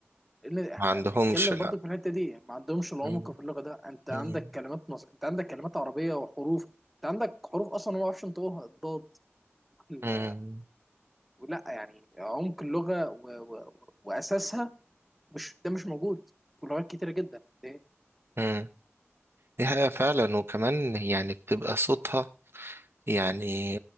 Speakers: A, in the centre; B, on the right.
A: لان احنا
B: ما عندهمش
A: بنتكلم
B: لا
A: برضو في الحته دي ما عندهمش العمق
B: مم.
A: في اللغه ده انت عندك
B: مم.
A: كلمات مصر انت عندك كلمات عربيه وحروف انت عندك حروف اصلا هو ما يعرفش ينطقوها الضاد وال-
B: مم.
A: ولا يعني عمق اللغه و... و... واساسها مش ده مش موجود في لغات كتيره جدا ده-
B: مم. دي حقيقة فعلا وكمان يعني بتبقى صوتها يعني